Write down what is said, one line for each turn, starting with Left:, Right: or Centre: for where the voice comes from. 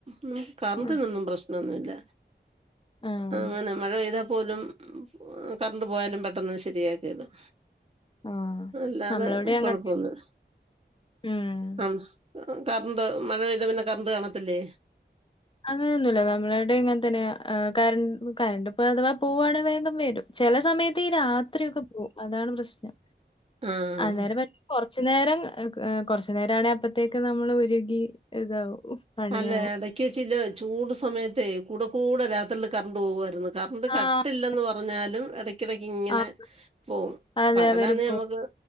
Right: ഉം കറണ്ടിനൊന്നു
Left: ആഹ്
Right: പ്രശ് നൊന്നു ഇല്ല.
Left: ആഹ്
Right: അങ്ങനെ. മഴപെയ്താ പോലും കർണ്ട് പോയാലുപെട്ടെന്ന് ശരിയാക്കിയെരും.
Left: ആഹ്
Right: അല്ലാതെ
Left: നമ്മളവിടെ അങ്ങൻത്തെ
Right: കൊഴപ്പൊ ഒന്ന്
Left: ഉം
Right: അഹ് കർണ്ട് മഴപെയ്താപിന്നെ കർണ്ട് കാണത്തില്ലേ?
Left: അങ്ങനൊന്നുല്ല നമ്മളാടെം ഇങ്ങൻതന്നെയാ. ഏഹ് കരൻ കരണ്ട് ഇപ്പോ അഥവാ പോവാണെ വേഗം വരും. ചെല സമയത്ത് ഈ രാത്രിയൊക്കെ പോവും. അതാണ് പ്രശ്നം.
Right: ആഹ്
Left: അന്നേരം കൊറച്ചുനേരം എഹ് കൊറച്ചുനേരാണെ അപ്പത്തേക്ക് നമ്മള് ഉരുകി ഇതാവും. പണിയാവും
Right: അല്ല എടക്ക് വെച്ചില്ലോ ചൂട് സമയത്തേ കൂടെ കൂടെ രാത്രില് കർണ്ട് പോവായിരുന്ന്. കറണ്ട്കട്ടില്ലെന്ന്
Left: ആഹ്
Right: പറഞ്ഞാലും എടക്കെടക്കിങ്ങനെ-
Left: ആഹ്
Right: പോം
Left: അതെ
Right: പകലാന്നെ
Left: അവര് പോവും
Right: അമക്ക്-